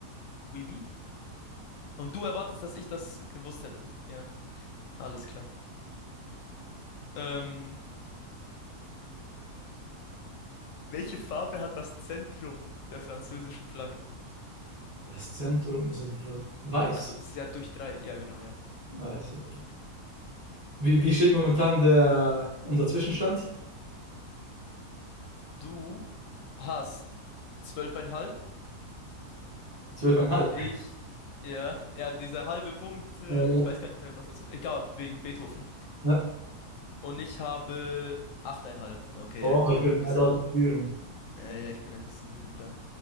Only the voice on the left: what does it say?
oui, oui. Und du erwartest, dass ich das gewusst hätte. Ja, alles klar. Ähm, welche Farbe hat das Zentrum der französischen Flagge?
Also, es ist ja durch drei. Ja, genau, ja.
Du hast zwölfeinhalb
und ich, ja, ja, dieser halbe Punkt, äh,
ich
weiß gar nicht mehr, was das, war. egal, wegen Beethoven.
Und ich habe achteinhalb. Okay,
ja, ich bin
schon
ein
bisschen,
ja, ja, ich bin ein bisschen hinten dran.